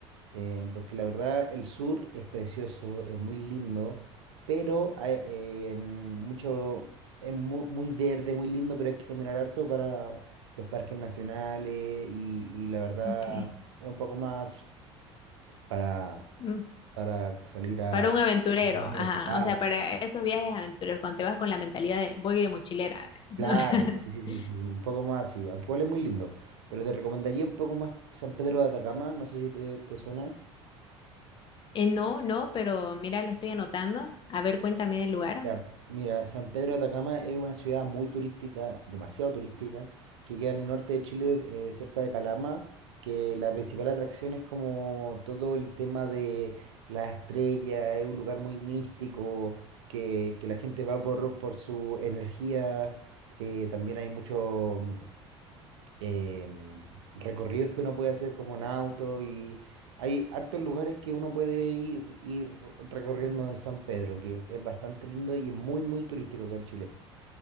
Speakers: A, on the right; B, on the left.
A: eh, porque la verdad el sur es precioso, es muy lindo, pero hay, eh, mucho, es muy, muy verde, muy lindo, pero hay que caminar harto para los parques nacionales y, y la verdad
B: Ok.
A: es un poco más para,
B: Mm.
A: para salir a,
B: Para un aventurero,
A: a recorrer.
B: ajá.
A: Claro,
B: O sea, para esos viajes aventureros, cuando te vas con la mentalidad de voy de mochilera, digamos,
A: claro,
B: ¿no?
A: sí, sí,
B: <laughs>
A: sí, sí, sí, un poco más así, aunque igual es muy lindo, pero te recomendaría un poco más San Pedro de Atacama, no sé si te, te suena.
B: Eh, no, no, pero mira, lo estoy anotando. A ver, cuéntame del lugar.
A: Ya, mira, San Pedro de Atacama es una ciudad muy turística, demasiado turística, que queda en el norte de Chile, eh, cerca de Calama, que la principal atracción es como todo el tema de las estrellas, es un lugar muy místico, que, que la gente va por, por su energía, eh, también hay mucho, mm, em, recorridos que uno puede hacer como en auto y hay hartos lugares que uno puede ir, ir recorriendo en San Pedro, que es bastante lindo y es muy, muy turístico acá en Chile.